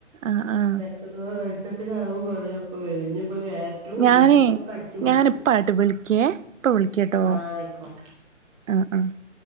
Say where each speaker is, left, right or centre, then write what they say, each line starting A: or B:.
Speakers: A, on the right (about 85°); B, on the right (about 25°).
A: ആ ആഹ്
B: <unintelligible>
A: ഞാനേ
B: ഒക്കെ അടിച്ചു കുടിക്കും
A: ഞാനിപ്പാ അങ്ങട്ട് വിളിക്കേ ഇപ്പ വിളിക്കട്ടോ.
B: ആഹ് ആയിക്കോട്ടെ
A: ആ ആ